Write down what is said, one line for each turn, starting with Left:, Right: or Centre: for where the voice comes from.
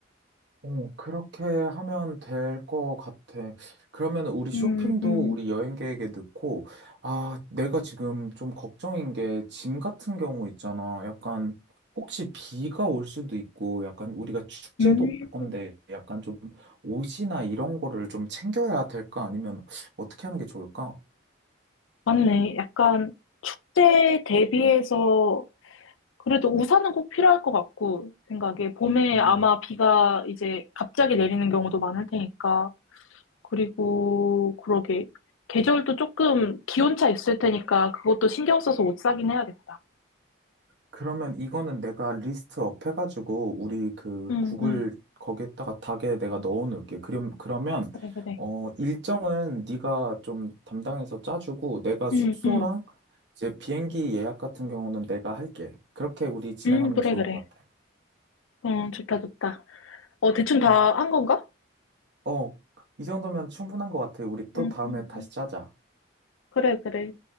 Right: 어, 그렇게 하면 될 것 같아. 그러면 우리 쇼핑도
Left: 음, 음,
Right: 우리 여행 계획에 넣고, 아, 내가 지금 좀 걱정인 게 짐 같은 경우 있잖아. 약간 혹시 비가 올 수도 있고, 약간 우리가 축제도
Left: 음,
Right: 갈 건데, 약간 좀 옷이나 이런 거를 좀 챙겨야 될까? 아니면 어떻게 하는 게 좋을까?
Left: 맞네. 약간 축제 대비해서 그래도 우산은 꼭 필요할 것 같고, 생각에. 봄에
Right: 음.
Left: 아마 비가 이제 갑자기 내리는 경우도 많을 테니까. 그리고, 그러게. 계절도 조금 기온차 있을 테니까 그것도 신경 써서 옷 사긴 해야겠다.
Right: 그러면 이거는 내가 리스트업 해가지고 우리 그
Left: 응,
Right: 구글
Left: 응.
Right: 거기에다가 닥에 내가 넣어놓을게. 그럼 그러면
Left: 그래, 그래.
Right: 어 일정은 네가 좀 담당해서 짜주고 내가 숙소랑
Left: 응, 응.
Right: 이제 비행기 예약 같은 경우는 내가 할게. 그렇게 우리 진행하면
Left: 응, 그래,
Right: 좋을
Left: 그래.
Right: 것 같아.
Left: 응, 좋다, 좋다. 어, 대충 다
Right: 어,
Left: 한 건가?
Right: 어, 이 정도면 충분한 것 같아. 우리 또
Left: 음,
Right: 다음에
Left: 음,
Right: 다시
Left: 음.
Right: 짜자.
Left: 그래, 그래.